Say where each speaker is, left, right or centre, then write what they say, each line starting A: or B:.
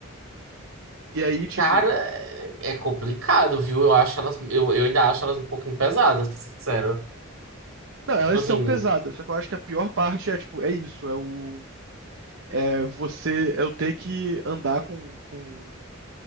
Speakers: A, on the right (about 65°); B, on the right (about 80°).
A: E aí, tipo.
B: cara, é é complicado, viu? Eu acho elas, eu, eu ainda acho elas um pouquinho pesadas, pra ser sincero.
A: Não, elas
B: Tipo assim,
A: são pesadas. Só que eu acho que a pior parte é, tipo, é isso. É o é você é eu ter que andar com, com,